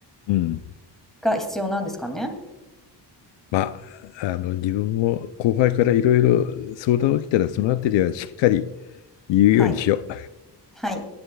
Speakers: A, on the left; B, in the centre.
A: うん
B: が必要なんですかね。
A: まあ、あの自分も後輩からいろいろ相談を受けたら、そのあたりはしっかり言うようにしよう。
B: はい。はい。